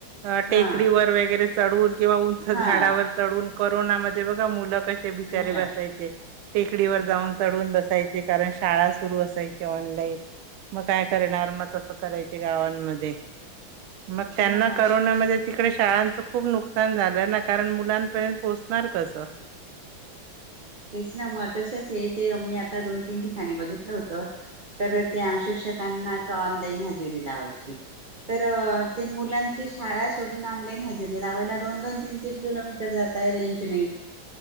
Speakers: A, on the right; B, on the right.
A: अ, टेकडीवर
B: हा
A: वगैरे चढून किंवा उंच झाडावर
B: हा
A: चढून कोरोनामध्ये बघा मुलं कसे बिचारे
B: मुला
A: बसायचे टेकडीवर जाऊन चढून बसायचे कारण शाळा सुरू असायची ऑनलाईन मग काय करणार मग तसं करायचे गावांमध्ये मग
B: हो
A: त्यांना
B: ना
A: कोरोनामध्ये तिकडे शाळांचं खूप नुकसान झालंय ना कारण मुलांपर्यंत पोहोचणार कसं?
B: तेच ना मग तसंच आहे ते मी आता दोन, तीन ठिकाणी बघितलं होत. तर त्या शिक्षकांनाच ऑनलाईन हजेरी लावायची. तर ते मुलांची शाळा सोडून ऑनलाईन हजेरी लावायला दोन दोन तीन तीन किलोमीटर रेंज नाही